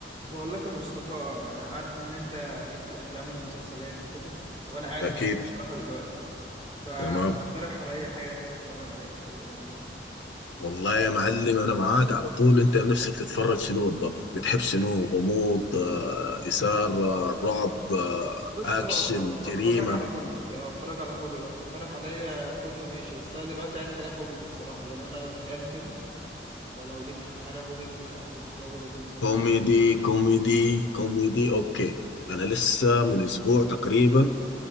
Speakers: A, on the right (about 40°); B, on the left (about 85°).
A: بقول لك يا مصطفى انا عارف ان انت ليك في الافلام والمسلسلات وكده وانا قاعد
B: اكيد
A: زهقان الصراحه دلوقتي فمقترح
B: تمام
A: عليا حاجه كده اتفرج عليها سريع لذيذه
B: والله يا معلم انا معاك على طول انت نفسك تتفرج شنو بالضبط بتحب شنو غموض آه، اثاره
A: انا
B: رعب آه،
A: بص
B: اكشن
A: انا بتف- بتفرج
B: جريمه
A: على كله يعني بتفرج على كله لو تقترح عليا كله ماشي بس انا دلوقتي عايز حاجه كوميدي الصراحه لان انا زهقان كده فلو ليك في حاجه كوميدي تبقى الجو لذيذ يعني
B: كوميدي كوميدي كوميدي اوكي انا لسه من اسبوع تقريبا